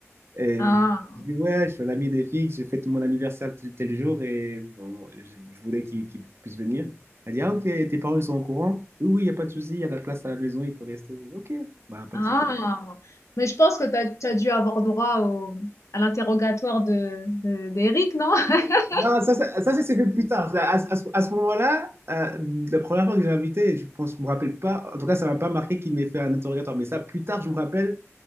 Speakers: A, on the right; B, on the left.
A: Et
B: Ah,
A: je dis, ouais, je suis un ami des filles, je fête mon anniversaire tel, tel jour et bon, je, je voulais qu'ils qu'ils puissent venir. Elle dit, ah ok, tes parents ils sont au courant? Oui, oui, il n'y a pas de souci, il y a de la place à la maison, il peut rester. Je dis, Ok, bah, pas
B: ah.
A: de souci.
B: Mais je pense que tu as, dû avoir droit au- à l'interrogatoire de, de, d'Eric, non? <laughs>
A: Non, ça, ça, ça, ça s'est fait plus tard. Ça, À, à ce à ce moment-là, euh, la première fois que j'ai invité, je pense, je me rappelle pas. En tout cas, ça m'a pas marqué qu'il m'ait fait un interrogatoire. Mais ça, plus tard, je me rappelle.